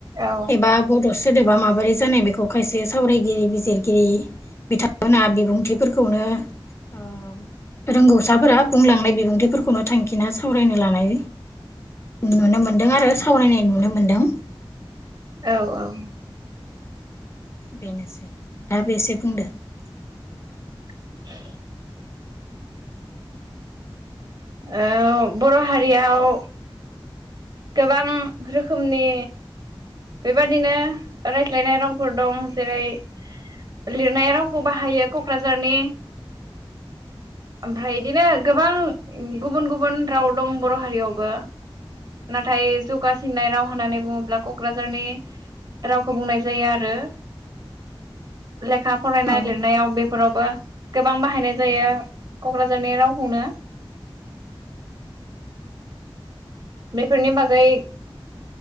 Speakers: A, on the right; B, on the left.
A: औ
B: एबा बड' सो सोदोबा माबोरै जानाय बेखौ खायसे सावरायगिरि बिजिरगिरि बिथांमोना बिबुंथिफोरखौनो ओ रोंगौसाफोरा बुंलांनाय बिबुंथिफोरखौनो थांखिना सावरायनो लानाय नुनो मोनदों आरो सावरायनाय नुनो मोनदों।
A: औ औ
B: बेनोसै। नोंथाङाबो एसे बुंदों।
A: <inaudible> ओ बर' हारियाव गोबां रोखोमनि बेबादिनो रायज्लायनाय रावफोर दं जेरै- लिरनाय रावखौ बाहायो क'क्राझारनि ओमफ्राय बिदिनो गोबां गुबुन गुबुन राव दं बर' हारियावबो नाथाय जौगासिननाय राव होननानै बुङोब्ला क क'क्राझारनि रावखौ बुंनाय जायो आरो। लेखा फरायनाय
B: औ
A: लिरनायाव बे फोरावबो गोबां बाहायनाय जायो क'क्राझारनि रावखौनो बेफोरनि बागै